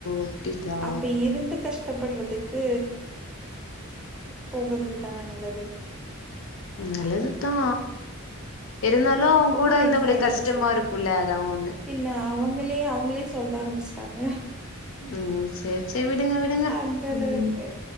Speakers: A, on the left (about 65°); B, in the centre.
A: அப்டீங்களா
B: அப்ப இருந்து கஷ்டப்படுறதுக்கு போகறது தானே நல்லது
A: நல்லது தா இருந்தாலும் அவுங்கக்கூட
B: ரொம்ப வயசாயாச்சு
A: இருந்தங்களுக்கு கஷ்டமா இருக்குல்ல அதா ஒன்னு
B: இல்ல அவங்களே அவங்களே சொல்ல ஆரம்பிச்சு ட்டாங்க
A: ம் சேரி சேரி விடுங்க விடுங்க
B: அந்த அளவுக்கு
A: ம்